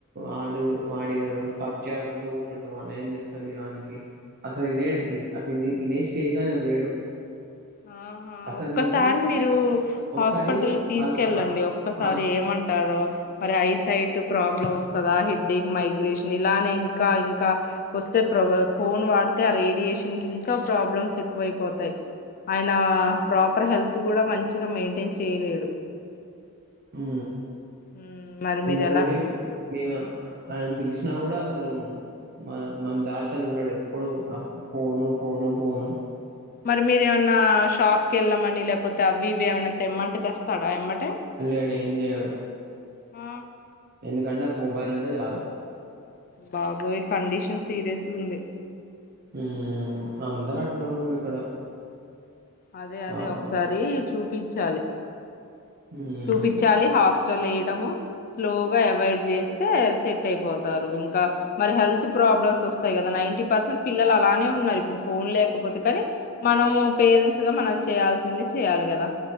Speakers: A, on the right; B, on the left.
A: ఆడు వాడి ఇగ పబ్జి ఆడుకుంటడా కూర్చుంటాం వానికి ఏం చెప్తాం ఇగ వానికి అసలు ఇనే అసలు ఈనే స్టేజ్లో లేడు
B: ఆహా
A: అసలు
B: ఒక్కసారి
A: మేము
B: మీరు
A: ఒకసారి
B: హాస్పిటల్కిి తీసుకెళ్ళండి
A: హలో హ
B: ఒక్కసారి
A: అన్
B: ఏమంటారో మరి ఐ సైట్ ప్రాబ్లమ్ వస్తుందా హెడ్డేక్ మైగ్రేషన్ ఇలానే ఇం ఇంకా ఇంకా వస్తే ప్ర ఫోన్ వాడితే ఆ రేడియేషన్ కి ఇంకా ప్రాబ్లమ్స్ ఎక్కువైపోతాయి ఆయన ప్రాపర్ హెల్త్ కూడా మంచిగా మెయింటైన్ చేయలేడు
A: ఉ
B: మ్మ్, మరి మీరు
A: ఇంకోటి
B: ఎలా
A: మేమా ఆయని పిలిశి చెప్పినా కూడా అసలు మన మన దాషలు ఉండడు ఎప్పుడు ఫోను ఫోను ఫోను
B: మరి మీరు ఏమైన్నా షాప్ కి వెళ్ళమని లేకపోతే అవి ఇవి ఏమైనా తెమ్మంటే తెస్తాడా ఏమంటే
A: పిల్లోడు ఏం చేయడు
B: ఆ
A: ఎందుకంటే మొబైల్ ఉంటే చాలు
B: బాబోయ్ కండిషన్ సీరియస్ ఉంది
A: ఉ అందరు అట్లా ఉన్నారు ఇక్కడ
B: అదే అదే
A: చాలా
B: ఒకసారి
A: మంది
B: చూపి చాలి
A: మ్మ్
B: చూపించాలి హాస్పి లేయడము స్లోగా అవాయిడ్ చేస్తే సెట్ అయిపో తారు ఇంకా మరి హెల్త్ ప్రాబ్లమ్స్ వస్తాయి కదా నైంటీ పర్సెంట్ పిల్లలు అలానే ఉన్నారు ఇప్పుడు ఫోన్ లేకపోతే కానీ మనం పేరెంట్స్ గా మనం చేయాల్సింది చేయాలి కదా